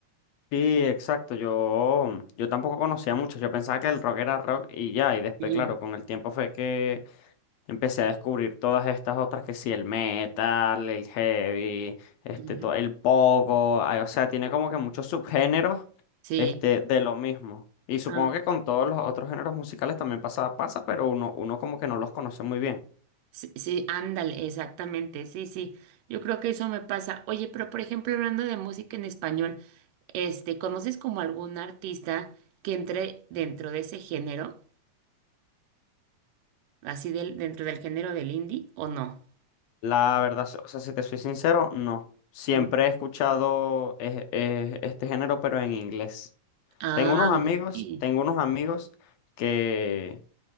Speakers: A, on the left; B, on the right.
A: Sí, exacto, yo, yo tampoco conocía mucho, yo pensaba que el rock era rock y ya, y después,
B: Sí.
A: claro, con el tiempo fue que Empecé a descubrir todas estas otras que sí, el metal, el heavy, este,
B: Ujú.
A: to- el pogo, ay, o sea, tiene como que muchos subgéneros,
B: Sí,
A: este, de lo mismo. Y supongo
B: ah,
A: que con todos los otros géneros musicales también pasa, pasa, pero uno, uno como que no los conoce muy bien.
B: sí, sí, ándale, exactamente, sí, sí. Yo creo que eso me pasa. Oye, pero por ejemplo, hablando de música en español, este, ¿conoces como algún artista que entre dentro de ese género, así del, dentro del género del indie o no?
A: La verdad, so, o sea, si te soy sincero, no. Siempre
B: Mm.
A: he escuchado eh, eh, este género, pero en inglés.
B: Ah,
A: Tengo unos amigos,
B: ok.
A: tengo unos amigos que,